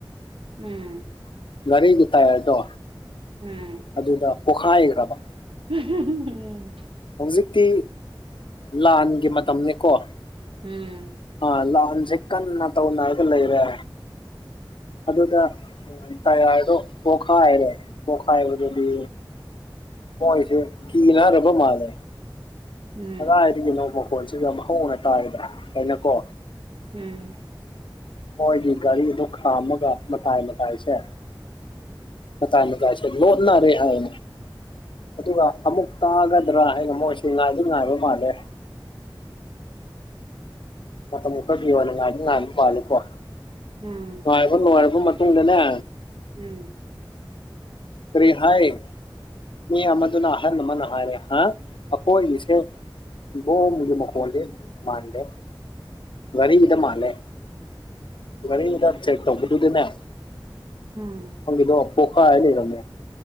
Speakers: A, on the right (about 80°); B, on the left (about 70°).
A: ꯎꯝ
B: ꯔꯤꯒꯤ ꯇꯥꯏ ꯍꯥꯏꯗꯣ
A: ꯎꯝ
B: ꯑꯗꯨꯗ ꯄꯣꯈꯥꯏꯈ꯭ꯔꯕ
A: ꯎꯝ
B: ꯍꯧꯖꯤꯛꯇꯤ ꯂꯥꯟꯒꯤ ꯃꯇꯝꯅꯤꯅꯦꯀꯣ
A: ꯎꯝ
B: ꯑ ꯂꯥꯟꯁꯦ ꯀꯟꯅ ꯇꯧꯅꯔꯒ ꯂꯩꯔꯦ ꯑꯗꯨꯗ ꯇꯔꯗꯣ ꯄꯣꯈꯥꯔꯦ ꯄꯣꯈꯥ ꯍꯥꯏꯕꯗꯨꯗꯤ ꯍꯣꯏꯁꯦ ꯀꯤꯅ ꯔꯕ ꯃꯥꯜꯦ
A: ꯎꯝ ꯎꯝ
B: ꯀꯗꯥꯥꯏꯔꯤꯒꯤꯅꯣ ꯃꯈꯣꯟꯁꯤꯒꯣꯡꯅ ꯇꯥꯏꯗꯅ ꯍꯥꯏꯩꯅꯀꯣ
A: ꯎꯝ
B: ꯃꯣꯏꯒꯤ ꯒꯥꯔꯤꯗ ꯈꯥꯝꯃꯒ ꯃꯇꯥꯏ ꯃꯇꯥꯏꯁꯦ ꯑ ꯇꯥꯏꯅꯨꯡ ꯀꯥꯏ ꯂꯣꯗꯅꯅꯥ ꯔꯦ ꯍꯥꯏ ꯑꯗꯨꯒ ꯑꯃꯨꯛ ꯇꯥꯒꯗ꯭ꯔꯥ ꯍꯥꯏꯩꯅ ꯃꯣꯏꯁꯤꯦ ꯉꯥꯏꯗꯤ ꯉꯥꯏꯕ ꯃꯥꯜꯂꯦ ꯃ ꯃꯨꯛ ꯗꯤꯣꯂꯦꯝ ꯉꯔ ꯉꯨꯝ ꯄꯥꯂ ꯀꯣ
A: ꯎꯝ
B: ꯅꯨꯡꯉꯥꯏꯕ ꯅꯨꯡꯉꯥꯏꯔꯕ ꯃꯇꯨꯡꯗꯅꯦ
A: ꯎꯝ
B: ꯀꯔꯤ ꯍꯥꯏ ꯃꯤ ꯑꯃꯗꯨꯅ ꯑꯍꯜ ꯑꯃꯅ ꯍꯥꯏꯔꯦ ꯍꯥ ꯑꯩꯈꯣꯏꯒꯤꯁꯦ ꯏ ꯣ ꯃꯒꯤ ꯃꯈꯣꯟꯗꯤꯦ ꯃꯥꯜꯂꯦ ꯋꯥꯔꯤꯔꯤꯒꯤꯗ ꯃꯥꯜꯂꯦ ꯑꯗꯨꯗ ꯆꯦ ꯇꯣꯗꯨꯗꯟꯅ
A: ꯎꯝ
B: ꯗꯣ ꯑꯄꯣꯀꯥ ꯍꯥꯏ ꯂꯩꯔ